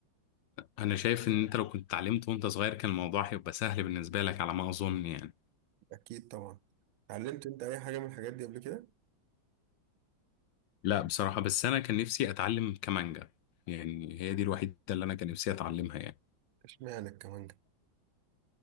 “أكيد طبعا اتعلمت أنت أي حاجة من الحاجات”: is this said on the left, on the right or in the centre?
Right